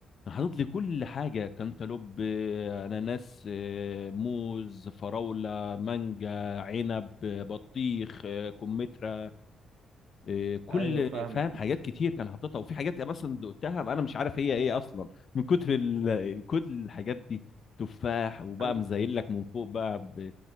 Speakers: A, on the left; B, on the right.
A: حاطط لي كل حاجه كانتالوب آه، اناناس آه، موز فراوله مانجا عنب آه، بطيخ آه، كمثرى إيه، كل
B: ايوه فاهمك
A: فاهم حاجات كتير كان حاططها وفي حاجات يعني مثلا دقتها انا مش عارف هي ايه اصلا من كتر ال- الكود الحاجات دي تفاح وبقى
B: انا
A: مزين لك من فوق بقى ب-